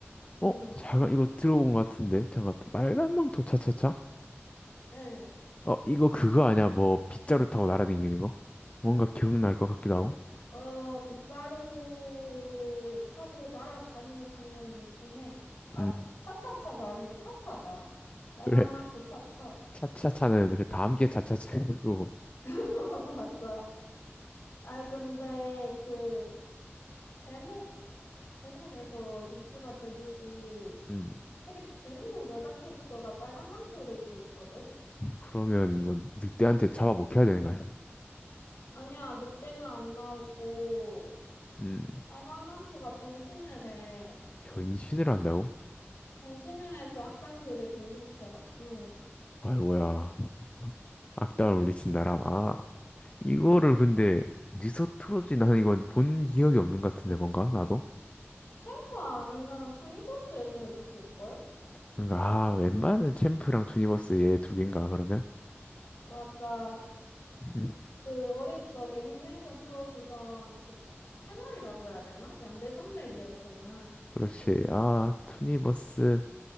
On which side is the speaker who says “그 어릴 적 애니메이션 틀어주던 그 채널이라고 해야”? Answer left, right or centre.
Left